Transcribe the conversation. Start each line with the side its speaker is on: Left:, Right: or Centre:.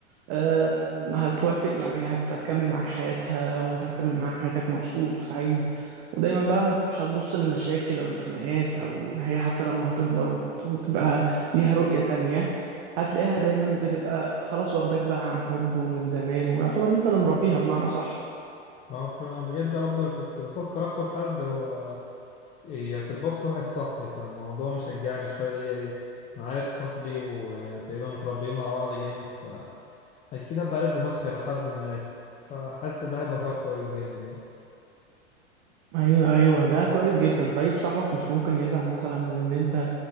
Right: آم، هتوافق يعني هت- هتكمل معاك حياتها وانت هتكمل معاها حياتك مبسوط وسعيد ودايما بقى هت- مش هتبص للمشاكل او الخناقات او هي حتى لما هتكبر وت- وتبقى ليها رؤية تانية هتلاقيها دايما بتبقى خلاص واخداك بقى عن حب ومن زمان ويعتبر انت اللي مربيها بمعنى صح
Left: اه فأنا بجد برضه كنت بفكر أخطب حد هو هي تبقى أخت واحد صاحبي فالموضوع مشجعني شوية ليا إيه أنا عارف صاحبي وتقريبا متربيين مع بعض جامد اكيد هبقى عارف دماغها لحد ما فحاسس ده هيبقى قرار كويس جامد يعني
Right: ايوه ايوه ده كويس جدا طيب صاحبك مش ممكن يزعل مثلا من ان انت